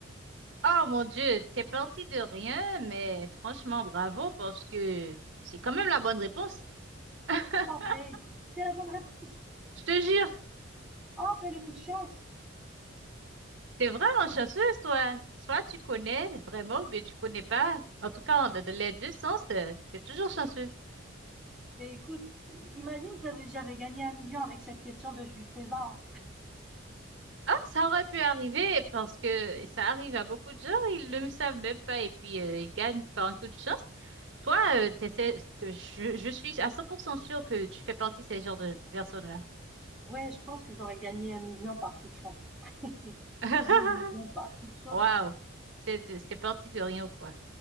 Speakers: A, on the right; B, in the centre.
A: Oh mon Dieu, t'es parti de rien, mais franchement, bravo parce que c'est quand même la bonne réponse. <laughs>
B: C'est pas vrai. C'est la bonne réponse.
A: Je te jure.
B: Oh, ben le coup de chance.
A: T'es vraiment chanceuse, toi. Soit tu connais vraiment ou bien tu connais pas. En tout cas, dans les deux sens, euh, t'es toujours chanceuse.
B: Mais écoute, imagine si j'avais gagné un million avec cette question de Jules César.
A: Ah, ça aurait pu arriver parce que ça arrive à beaucoup de gens, ils ne le savent même pas et puis euh, ils gagnent par un coup de chance. Toi, euh, t'essaies- je, je suis à 100% sûre que tu fais partie de ces genres de personnes-là.
B: Ouais, je pense que j'aurais gagné un million par coup de chance. <laughs>
A: <laughs>
B: Un million par coup de chance.
A: Waouh, c'est de- c'est parti de rien ou quoi.